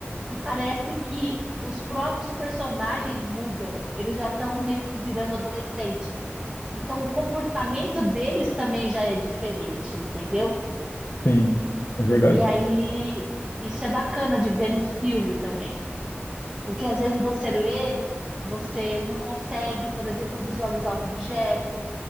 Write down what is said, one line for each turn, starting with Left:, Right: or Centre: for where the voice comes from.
Right: e parece que os próprios personagens mudam. Eles já estão meio que virando adolescente. Então, o comportamento deles também já é diferente, entendeu?
Left: Sim, é verdade.
Right: E aí, isso é bacana de ver no filme também. Porque às vezes você lê, você não consegue, por exemplo, visualizar um objeto.